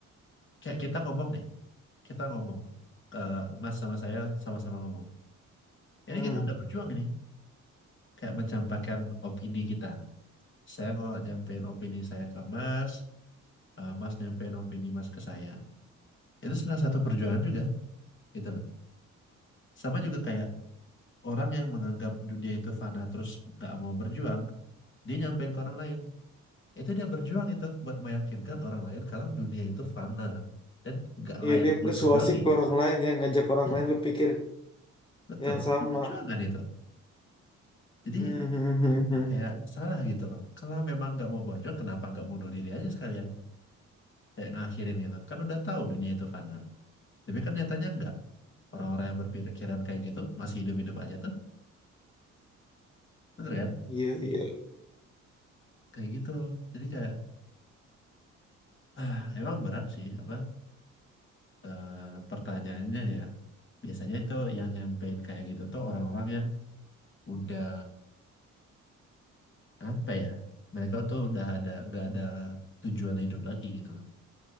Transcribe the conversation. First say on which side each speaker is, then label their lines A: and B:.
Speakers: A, on the left; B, on the left.
A: kayak kita ngomong nih, kita ngomong, ke Mas sama saya sama-sama ngomong. Ini
B: Hmm,
A: kita udah berjuang ini, kayak mencampakkan opini kita. Saya mau nyampein opini saya ke Mas, eh, Mas nyampein opini Mas ke saya. Itu salah satu perjuangan juga, gitu loh. Sama juga kayak orang yang menganggap dunia itu fana terus nggak mau berjuang, dia nyampein ke orang lain. Itu dia berjuang itu buat meyakinkan orang lain kalau dunia itu fana dan nggak
B: iya
A: layak
B: dia
A: diperjuangi.
B: persuasif ke orang lain ya, ngajak orang
A: Ya.
B: lain berpikir
A: Betul,
B: yang sama.
A: itu perjuangan itu. Jadi
B: Hmm, hmm, hmm, hmm.
A: kayak salah gitu loh. Kalau memang nggak mau berjuang, kenapa nggak bunuh diri aja sekalian? Kayak ngakhirin gitu. Kan udah tahu dunia itu fana. Tapi kan nyatanya nggak. Orang-orang yang berpikiran kayak gitu masih hidup-hidup aja tuh, bener kan?
B: iya iya.
A: Kayak gitu. Jadi kayak, ah, emang berat sih apa eh, pertanyaannya ya. Biasanya itu yang nyampein kayak gitu tuh orang-orang yang udah apa ya? Mereka tuh udah ada nggak ada tujuan hidup lagi gitu loh.